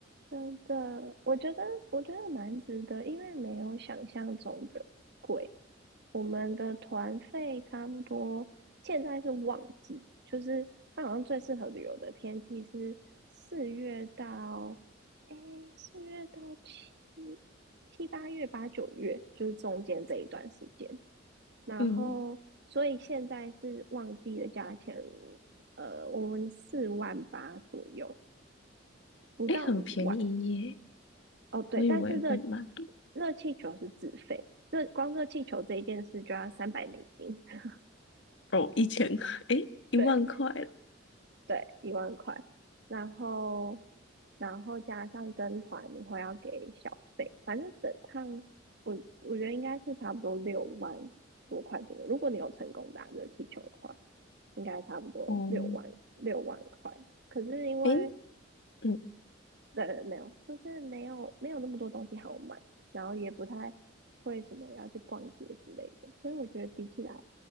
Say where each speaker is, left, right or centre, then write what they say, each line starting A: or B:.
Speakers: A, on the right; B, on the left.
A: 真的，我觉得我觉得蛮值得，因为没有想象中的贵。我们的团费差不多，现在是旺季，就是它好像最适合旅游的天气是四月到，诶，四月到七七八月八九月，就是中间这一段时间。然后，
B: 嗯，
A: 所以现在是旺季的价钱，呃，我们四万八左右，不到五万。
B: 诶，很便宜耶，
A: 哦，对，
B: 我以为会买。
A: 但是热热气球是自费，热光热气球这一件事就要三百美金。<laughs>
B: 哦，一千，块，诶，一万块。
A: 对，对，一万块，然后然后加上跟团，你会要给小费，反正整趟我我觉得应该是差不多六万多块左右。如果你有成功打热气球的话，应该差不多六万六万块。
B: 哦，
A: 可是因为
B: 诶，嗯，
A: 对没有，就是没有没有那么多东西好买，然后也不太会什么要去逛街之类的，所以我觉得比起来，